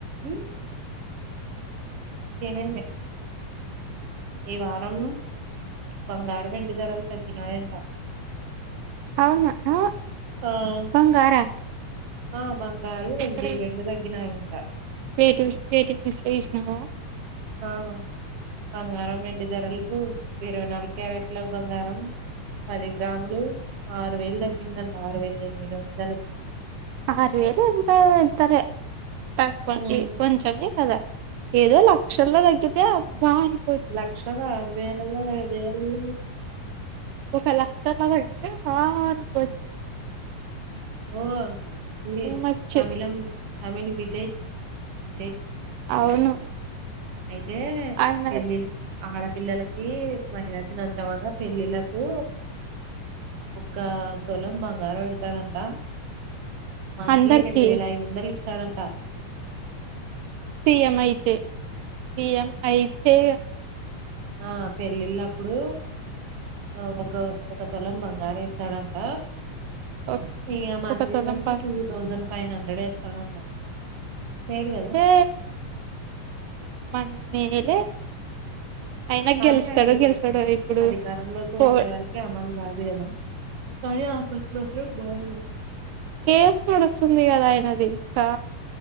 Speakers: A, on the right; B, on the right.
A: హ తినింది ఈ వారం బంగారు, వెండి ధరలు తగ్గినాయంట.
B: అవునా అక్క
A: ఆ
B: బంగారా
A: ఆ! బంగారు, వెండి
B: ఎక్కడసినటిటిస్
A: తగ్గినాయంట.
B: చసినావా
A: ఆ! బంగారం, వెండి ధరలకు ఇరవై నాలుగు క్యారెట్ల బంగారం పది గ్రాములు ఆరు వేలు తగ్గిందంట. ఆరు వేల ఎనిమిది వంద
B: ఆరు వేల ఎంత ఇంతర తక్కువ
A: హ్మ్.
B: ఏ కొంచమె కదా ఏదో లక్షల్లో తగ్గితే అనుకోవచ్చు
A: లక్షల వేళల్లో వేళ్ళు
B: ఒక లక్ష అన్న తగ్గితే ఆ నుకోవచ్చు
A: ఓ ఏ
B: మచ్
A: తమిళం తమిళ్ విజయ్ విజయ్
B: అవును
A: అయితే
B: ఆయన
A: పెళ్లిళ్లకి ఆడపిల్లలకి మహిళ దినోత్సవంగ పెళ్ళిళ్ళలకు ఒక్క తొలం బంగారం పెడతాడంట. మంత్లీ
B: అందరికి
A: రెండు వేల ఐదు వందలు ఇ ఇస్తడంట
B: సిఎం ఐతే సిఎం అయితే
A: ఆ పెళ్లిళ్లప్పుడు ఆ ఒక ఒక తులం బంగారు ఇస్తాడు అంట.
B: ఒక
A: ఈ మంత్లీ
B: ఒక తులం
A: మంత్లీ
B: పంచితే
A: ఇక టు తౌసండ్ ఫైవ్ హండ్రెడ్ వేస్తాడంట మేలు కదా
B: హే మన మేలే అయినా
A: కానీ
B: గెలుస్తాడో
A: అవి
B: గెలుస్తాడో ఇప్పుడు
A: అధికారంలోకి
B: పో
A: వచ్చే వరకు అమలు కాదు కదా. కనీ ఆఫర్స్ మాత్రం బాగున్నాయి
B: కేసు నడుస్తుంది కదా ఆయనది. ఆ